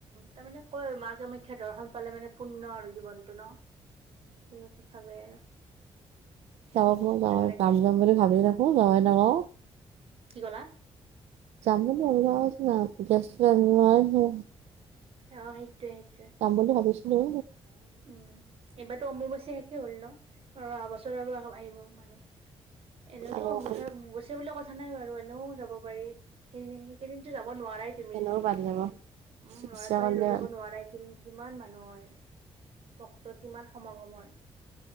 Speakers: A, on the right; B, on the right.
A: তাৰ মানে কয় মা কামাখ্যা দৰ্শন পালে মানে পুণ্য আৰু জীৱনতটো ন। তেনেুৱা ভাবে আৰু
B: যাওঁ প যাওঁ
A: ভাল লাগে।
B: কাম যাম বুলি ভাবি থাকো যাৱই নাপাও।
A: কি কলা?
B: যামাম আজ ন পজা্ত ন। <unintelligible>
A: অ সেইটোৱেই
B: যাম বুলি ভাবিছিলোঁ।
A: উম এইবাৰো অমুৰবাচী শেষে হ'ল ন? অ অহা বছৰ আৰু আহিব মানুহ এনেওতো
B: আৰু
A: অম্বো
B: আৰু
A: গুছে বুলি কৈ কথা নাই বাৰু এনেও যাব পাৰি সেইদি সেইকেইদিনতো যাব নোৱাৰাই তুমি?
B: তেনেও
A: উ
B: বাদ যাব
A: উম লৰা
B: ইচ্ছা
A: ছোৱাল
B: কৰিলে
A: লৈ যাব নোৱাৰা এইকেইদিন কিমান মানুহ হয়। ভক্তৰ কিমান সমাগম হয়